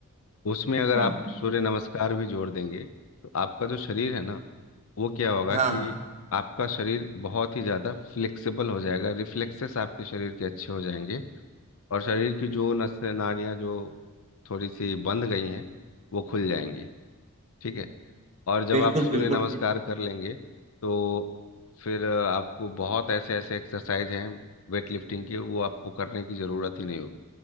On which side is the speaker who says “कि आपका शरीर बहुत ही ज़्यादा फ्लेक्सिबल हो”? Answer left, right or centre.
Left